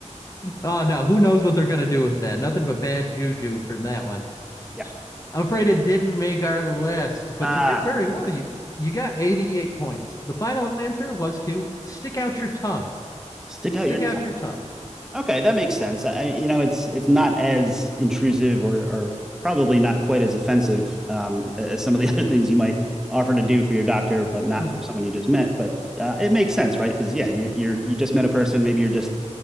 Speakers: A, on the left (about 25°); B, in the centre.
A: Oh no, who knows what they're gonna do with that? Nothing but bad juju from that one.
B: Yeah.
A: I'm afraid it didn't make our list, but
B: Ah,
A: you did very well. You you got 88 points. The final answer was to stick out your tongue.
B: stick
A: Stick
B: out your tongue.
A: out your tongue.
B: Okay, that makes sense. I, you know, it's it's not as intrusive or or probably not quite as offensive um, as some of the <laughs> other things you might offer to do for your doctor, but not
A: Mm-hmm.
B: for someone you just met. But uh, it makes sense, right? Because yeah, you're, you're you just met a person. Maybe you're just